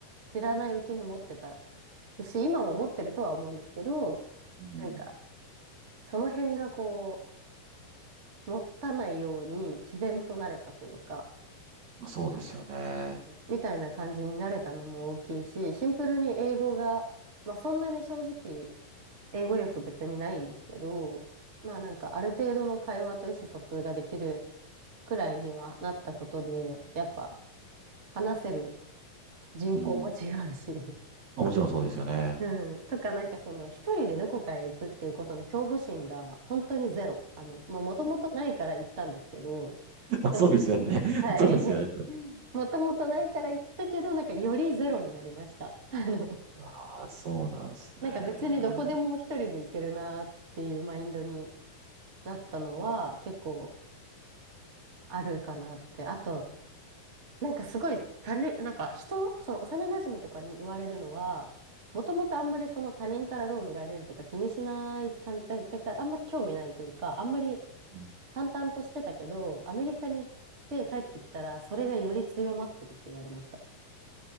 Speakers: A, on the right; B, on the right.
A: 知らないうちに持ってたし、今も持ってるとは思うんですけど、
B: い。うん。
A: なんか、その辺がこう、持たないように自然となれたというか、
B: まあ、そうですよね。
A: みたいな感じになれたのも大きいし、シンプルに英語が、まあそんなに正直、英語力別にないんですけど、まあなんかある程度の会話と意思疎通ができるくらいにはなったことで、やっぱ、話せる人口も違うし、
B: うん。まあもちろんそうですよね。
A: うん、とかなんかその一人でどこかへ行くっていうことの恐怖心が本当にゼロ。あの、まあもともとないから行ったんですけど、
B: <laughs> まあ、
A: でも、
B: そうですよね。<laughs>
A: はい。
B: そうですよね。
A: <laughs> もともとないから行ったけど、なんかよりゼロになりました。<laughs> あの、
B: あ、そうなんですね。
A: なんか別にどこでも一人で行けるなっていうマインドになったのは結構あるかなって。あと、なんかすごい他人、なんか人、その幼馴染とかに言われるのは、もともとあんまりその他人からどう見られるとか気にしない感じだけどあんま興味ないというか、あんまり
B: うん
A: 淡々としてたけど、アメリカに行って帰ってきたら、それがより強まってるって言われました。